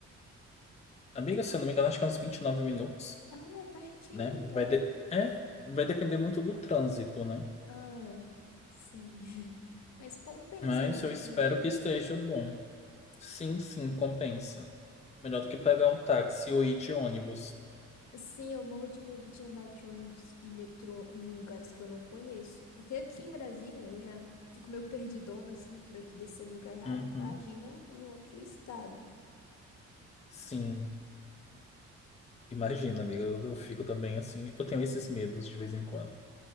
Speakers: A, on the left; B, on the left.
A: Amiga, se eu não me engano, acho que é uns 29 minutos,
B: Ah, é pertinho,
A: né?
B: então.
A: Vai de... É, vai depender muito do trânsito, né?
B: Ah, é. Sim. <laughs> Mas compensa,
A: Mas
B: né,
A: eu
B: ir de
A: espero
B: Uber?
A: que esteja bom. Sim, sim, compensa. Melhor do que pegar um táxi ou ir de ônibus.
B: Sim, eu morro de medo de andar de ônibus e metrô em lugares que eu não conheço. Porque aqui em Brasília eu já fico meio perdidona, assim, com medo de descer no lugar errado.
A: Uhum.
B: Imagina em outro estado.
A: Sim. Imagina, amiga, eu eu fico também assim. Eu tenho esses medos de vez em quando.